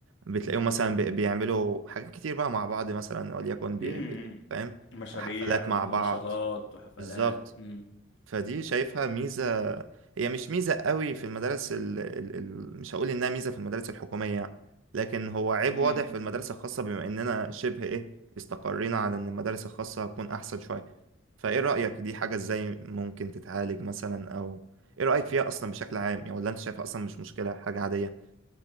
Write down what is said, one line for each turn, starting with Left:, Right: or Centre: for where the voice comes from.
Right: بتلاقيهم مثلا بي- بيعملوا حاجات كتير بقى مع بعض مثلا وليكن بي
Left: امم
Right: بي فاهم
Left: مشاريع
Right: حفلات
Left: ونشاطات
Right: مع بعض
Left: وحفلات
Right: بالظبط
Left: امم
Right: فدي شايفها ميزة هي مش ميزة قوي في المدارس ال ال ال مش هقول انها ميزة في المدارس الحكومية لكن هو عيب
Left: امم
Right: واضح في المدارس الخاصة بما اننا شبه ايه استقرينا على ان المدارس الخاصة هتكون احسن شوية فايه رأيك دي حاجة ازاي ممكن تتعالج مثلا او ايه رأيك فيها اصلا بشكل عام يعني ولا انت شايفها اصلا مش مشكلة حاجة عادية